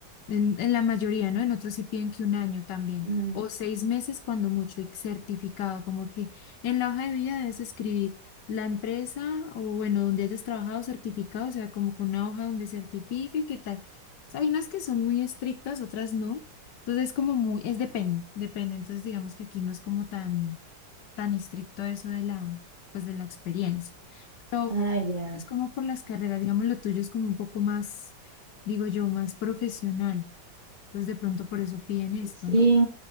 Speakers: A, on the left; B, on the right.
A: En, en la mayoría, ¿no? En otros sí piden que un año también,
B: Ah,
A: o seis meses cuando mucho, y certificado, como que en la hoja de vida debes escribir la empresa o bueno, donde hayas trabajado certificado, o sea, como con una hoja donde certifique que tal o sea, hay unas que son muy estrictas, otras no. Entonces es como muy, es depende, depende. Entonces digamos que aquí no es como tan, tan estricto eso de la, pues de la experiencia. Pero
B: ah, ya.
A: es como por las carreras, digamos, lo tuyo es como un poco más, digo yo, más profesional. Entonces de pronto por eso piden esto,
B: Sí,
A: ¿no?